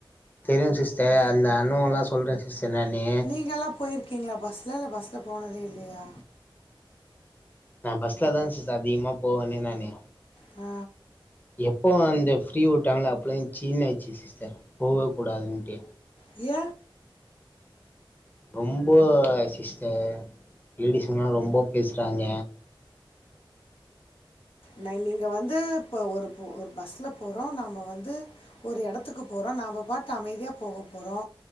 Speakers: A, on the left; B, on the left.
A: தெரியு சிஸ்டர் அந்த அனுவன்லா சொல்றே சிஸ்டர் நானு
B: நீங்கல்லா போயிருக்கீங்களா பஸ்ல இல்ல பஸ்ல போனதே இல்லையா
A: நா பஸ்ல தா சிஸ்டர் அதிகமா போவேன்னே நானு
B: ஆ
A: எப்போ அந்த ஃப்ரீ வுட்டாங்கள அப்லே ச்சீன்னு ஆச்சி சிஸ்டர் போக கூடாதுன்னட்டு
B: ஏ
A: ரொம்போ சிஸ்டர் லேடிஸ்ங்கலா ரொம்ப பேசுறாங்க
B: ந நீங்க வந்து இப்ப ஒரு ஒரு பஸ்ல போறோம் நம்ப வந்து ஒரு எடத்துக்கு போறோ நாம்ப பாத்து அமைதியா போக போறோ